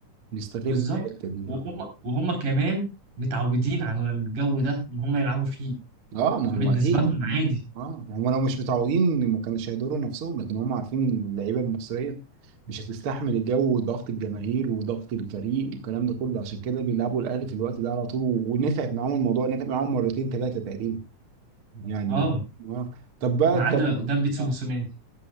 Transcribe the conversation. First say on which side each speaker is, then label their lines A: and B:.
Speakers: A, on the right (about 50°); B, on the right (about 80°).
A: بيستغلوا
B: بالظبط
A: الحتة دي
B: وهم
A: اه
B: وهم كمان متعودين على الجو ده ان هم يلعبوا فيه
A: اه ما
B: فبالنسبه
A: هم اكيد
B: لهم
A: هم-
B: عادي
A: اه ما هم لو مش متعودين ما كانوش هيضروا نفسهم لكن هم عارفين ان اللعيبه المصريه مش هتستحمل الجو وضغط الجماهير وضغط الفريق والكلام ده كله عشان كده بيلعبوا الاهلي في الوقت ده على طول ونفعت معاهم الموضوع نفع معاهم مرتين ثلاثه تقريبا يعني
B: اه
A: اه طب بقى
B: ما
A: طب
B: عدا قدام بيتسو
A: اه
B: موسوماني